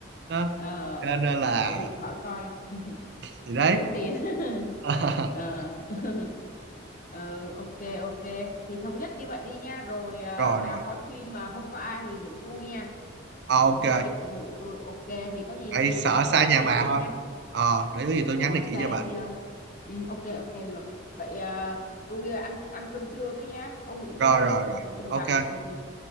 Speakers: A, on the right; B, on the left.
A: đó
B: Ờ,
A: cho nên là
B: vậy thì khỏi coi,
A: thì đấy
B: đỡ tốn tiền. <laughs>
A: <laughs>
B: Ờ, <laughs> ừ, ok, ok. Thì thống nhất như vậy đi nha. Rồi à,
A: rồi
B: nào
A: rồi
B: coi phim mà không có ai thì rủ tôi nha.
A: Ờ, ok
B: Không ai đi cùng thì rủ tôi. Ok, thì có gì
A: tại
B: chiều
A: sợ
B: nhắn cho
A: xa
B: tôi
A: nhà
B: cái
A: bà
B: địa chỉ
A: thôi
B: nha.
A: ờ để có gì tôi
B: Ờ,
A: nhắn địa
B: xa
A: chỉ cho bà
B: gì đâu. Ừ, ok ok được. Vậy à, tôi à, ăn ăn cơm trưa cái nhá. Ông nghỉ ngơi
A: rồi rồi
B: đi,
A: rồi
B: rồi chiều
A: ok
B: gặp. Ừ ừ.